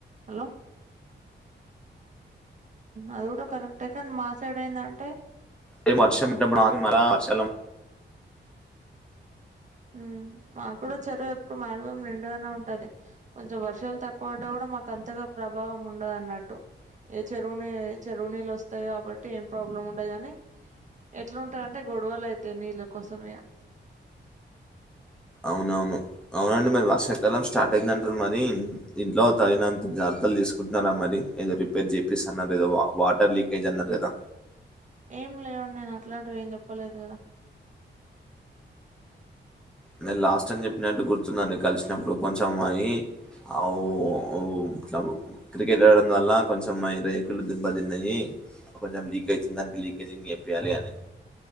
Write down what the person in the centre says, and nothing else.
ఏ వర్షం పడ్డప్పుడు మరాల వర్షాల
అవునవును అవునండి మరి వర్షాకాలం స్టార్ట్ అయిందంటారు మరి ఇంట్లో తగినంత జాగ్రత బట్టలు తీసుకుంటున్నారా మరి ఏదో రిపేర్ చేపిస్త అన్నారు ఏదో వాటర్ లీకేజ్ అన్నారు కదా
నేను లాస్ట్ టైం చెప్పినట్టు గుర్తుందండి కలిసినప్పుడు కొంచెం మాయి అవ్ అవ్ఇట్లా క్రికెట్ ఆడడం వల్ల కొంచెం రేకులు దిబ్బతిన్నాయి కొంచెం లీకేజి ఉంది దానికి లీకేజీ చేపియలని